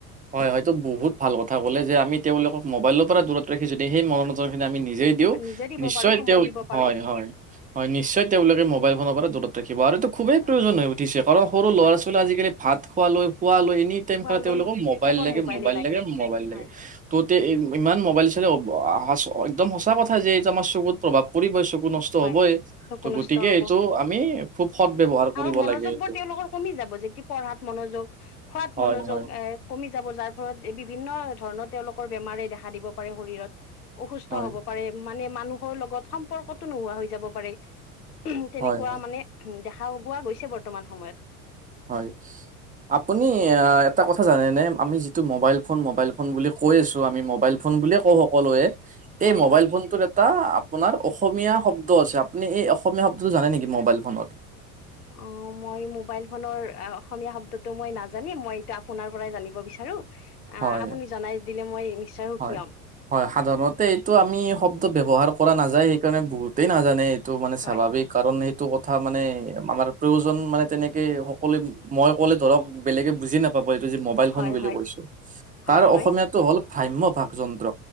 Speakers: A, on the right; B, on the left.
A: হয় হয়তো বহুত ভাল কথা ক'লে, যে আমি তেওঁলোকক মোবাইলৰ পৰা দূৰত ৰাখিছ যদি সেই মনত <unintelligible> আমি নিজে দিওঁ
B: নিজে দিব
A: নিশ্চয়
B: পাৰোঁ সময়
A: তেওঁ
B: দিব পাৰোঁ
A: হয় হয় হয় নিশ্চয় তেওঁলোকে মোবাইল ফনৰ পৰা দূৰত ৰাখিব, আৰু এইটো খুবেই
B: হয়
A: প্ৰয়োজন হৈ উঠিছে কাৰণ সৰু ল'ৰা
B: হয়
A: ছোৱালী আজিকালি ভাত খোৱালৈ খোৱ লৈ এনি টাইম
B: খোৱালৈ
A: খে তেওঁলোকৰ মোবাইল
B: কেৱল
A: লাগে,
B: মোবাইলে
A: মোবাইল লাগে, মোবাইল লাগে।
B: হয়
A: ত তে ইমান মোবাইল চালে অ আ চ একদম সঁচা কথা যে এইটো আমাৰ চকুত প্ৰভাৱ পৰিবই, চকু নষ্ট
B: হয়
A: হ'বই,
B: চকু
A: ত'
B: নষ্ট
A: গতিকে
B: হ'ব
A: এইটো আমি খুব সদ ব্যৱহাৰ কৰিব
B: আৰু মনোযোগ
A: লাগে এইটো
B: বোৰ তেওঁলোকৰ কমি যাব, যেতিয়া পঢ়াত মনোযোগ খোৱাত
A: হয়
B: মনোযোগ
A: হয়
B: এ কমি যাব যাৰ ফলত বিভিন্ন ধৰণৰ তেওঁলোকৰ বেমাৰে দেখা দিব পাৰে শৰীৰত অসুস্থ- ত
A: হয়
B: হব পাৰে মানে মানুহৰ লগত সম্পৰ্কতো নোহোৱা হৈ যাব পাৰে। তেনেকুৱা
A: হয়
B: মানে উম দেখা গোৱা গৈছে বৰ্তমান সময়ত।
A: হয়, আপুনি অঁ এটা কথা জানেনে আমি যি- টো মোবাইল ফোন মোবাইল ফোন বুলি কৈ আছো আমি মোবাইল ফোন বুলিয়ে কওঁ সকলোৱে। এই
B: হয়
A: মোবাইল
B: হয়
A: ফোন- টোট এটা আপোনাৰ অসমীয়া শব্দ আছে আপুনি এই অসমীয়া শব্দটো জানে নেকি মোবাইল ফোনৰ?
B: অঁ মই মোবাইল ফোনৰ অসমীয়া শব্দট- টো মই নাজানি, মই এতিয়া আপোনাৰ পৰাই জানিব বিচাৰো। ত-
A: হয়
B: আঁ আপুনি জনাই দিলে মই নিশ্চয় সুখী
A: হয়
B: হ'ম।
A: হয়, সাধাৰণতে এইটো আমি শব্দ ব্যৱহাৰ কৰা নাযায়, সেইকাৰণে বহুত- তেই নাজানে এইটো মানে
B: হয়
A: স্বাভাৱিক, কাৰণ এইটো কথা মানে আমাৰ প্ৰয়োজন মানে তেনেকে- সকলোৱে মই ক'লে ধৰক বেলেগে বুজি নাপাব এইটো যে মোবাইল ফোন
B: হয়
A: বুলি
B: হয় হয়
A: কৈছো। তাৰ
B: হয়
A: অসমীয়াত-
B: হয়।
A: এইটো হল ভাম্য ভাগ যন্ত্ৰ।